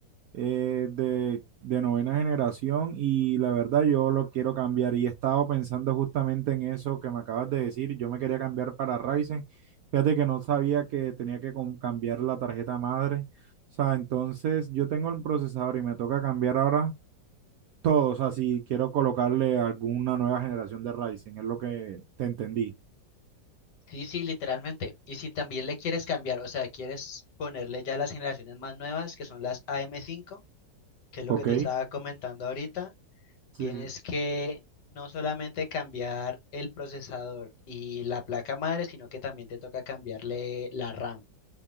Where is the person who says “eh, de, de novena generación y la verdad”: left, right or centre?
Right